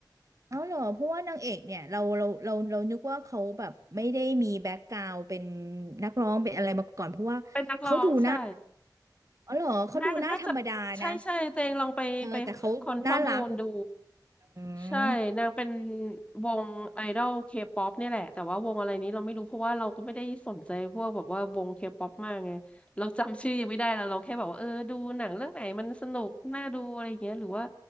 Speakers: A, on the right (about 45°); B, on the left (about 15°).
A: เอาเหรอเพราะว่านางเอกเนี่ยเราเราเราเรานึกว่าเขาแบบไม่ได้มีแบ็คกราวด์เป็นนักร้องเป็นอะไรมาก่อนเพราะว่าเขาดูหน้า
B: เป็นนักร้องใช่
A: อ๋อเหรอเขาดูหน้าธรรมดานะ
B: น่าน่าจะใช่ใช่เจงลองไปไปคนข้อมูลดู
A: เออแต่เขาน่ารักอืม
B: ใช่นางเป็นวงไอดอลเคป๊อปนี่ยแหละแต่ว่าวงอะไรนี้เราไม่รู้เพราะว่าเราก็ไม่ได้สนใจพวกแบบว่าวงเคป๊อปมากไงเราจำชื่อยังไม่ได้แล้วเราแค่แบบว่าเออดูหนังเรื่องไหนมันสนุกน่าดูอะไรอย่างเงี้ยหรือว่า